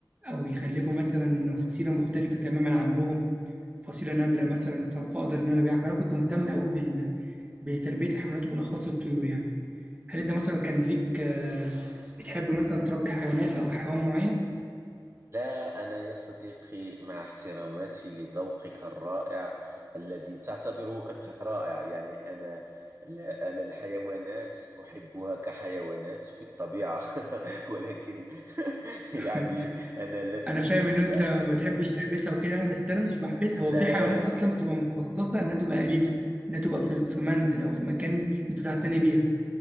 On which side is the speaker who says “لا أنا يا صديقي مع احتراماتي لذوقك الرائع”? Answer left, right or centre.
Right